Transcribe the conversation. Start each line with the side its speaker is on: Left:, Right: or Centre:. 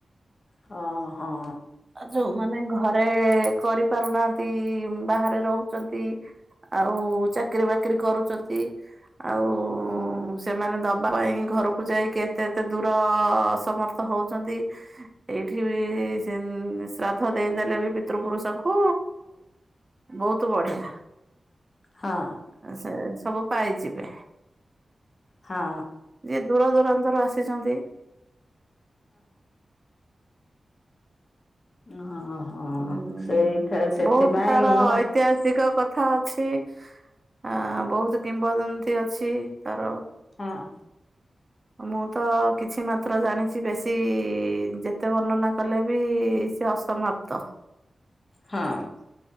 Left: ହଁ ହଁ।
Right: ଆ ଯୋଉମାନେ ଘରେ କରିପାରୁନାହାନ୍ତି ବାହାରେ ରହୁଛନ୍ତି। ଆଉ ଚାକିରି ବାକିରି କରୁଛନ୍ତି ଆଉ ସେମାନେ ଦବା ପାଇଁ ଘରକୁ ଯାଇକି ଏତେ ଏତେ ଦୂର ଅସମର୍ଥ ହଉଛନ୍ତି ଏଇଠି ବି ଇଁ ଶ୍ରାଦ୍ଧ ଦେଇଦେଲେ ବି ପିତୃପୁରୁଷ ଙ୍କୁ ବହୁତ ବଢିଆ।
Left: ହଁ
Right: ଏ ସେ ସବୁ ପାଇଛି। ବେ
Left: ହଁ
Right: ଯିଏ ଦୂର ଦୂରାନ୍ତରୁ ଆସ ଆସିଛନ୍ତି।
Left: ଓ ହୋ ହୋ
Right: ଉଁ
Left: ହଁ ସେଇଠା ସେଥିପାଇଁ
Right: ବହୁତ ତାର
Left: ମୁଁ ବା।
Right: ଐତିହାସିକ କଥା ଅଛି ଆ ବହୁତ କିମ୍ବଦନ୍ତୀ ଅଛି ତାର।
Left: ହଁ।
Right: ମୁଁ ତ କିଛି ମାତ୍ର ଜାଣିଛି ବେଶୀ ଯେତେ ବର୍ଣ୍ଣନା କଲେ ବି ଏ ଅସମାପ୍ତ
Left: ହଁ